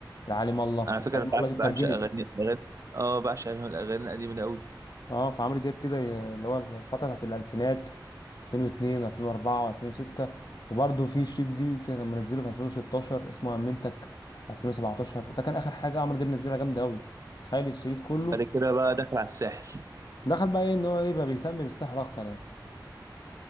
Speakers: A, on the left; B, on the right.
A: العالم الله
B: على
A: العالم
B: فكره انا
A: الله
B: بع-
A: دي
B: بعشق
A: اترجمت
B: اغاني الاغاني اه بعشق الاغاني القديمه دي قوي
A: اه فعمرو دياب كده اللي هو الفترة بتاعت الألفينات 2002 و2004 و2006 وبرضه في شريط جديد كده كان منزله في 2016 اسمه أمنتك 2017 ده كان آخر حاجة عمرو دياب نزلها جامدة أوي تخيل الشريط كله
B: بعد كده بقى داخل على الساحل
A: دخل بقى ايه ان هو ايه بقى بيهتم بالسحر اكتر يعني